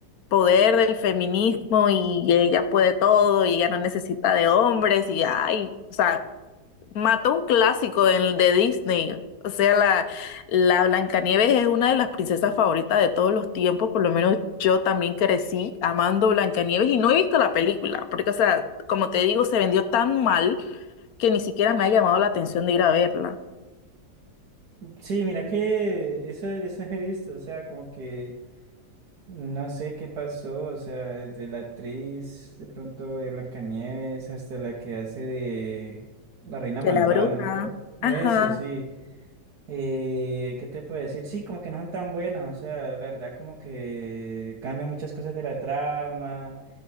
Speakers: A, on the left; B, on the right.
A: poder del feminismo y ella puede todo y ella no necesita de hombres y ay, o sea, mató un clásico de, de Disney. O sea, la, la Blancanieves es una de las princesas favoritas de todos los tiempos. Por lo menos yo también crecí amando Blancanieves y no he visto la película, porque, o sea, como te digo, se vendió tan mal que ni siquiera me ha llamado la atención de ir a verla.
B: Sí, mira que eso, eso he visto, o sea, como que no sé qué pasó, o sea, de la actriz de pronto de Blancanieves hasta la que hace de la Reina Malvada,
A: De la bruja.
B: no me acuerdo. Eso,
A: Ajá.
B: sí. Eh, ¿qué te puedo decir? Sí, como que no son tan buenas, o sea, la verdad como que cambia muchas cosas de la trama.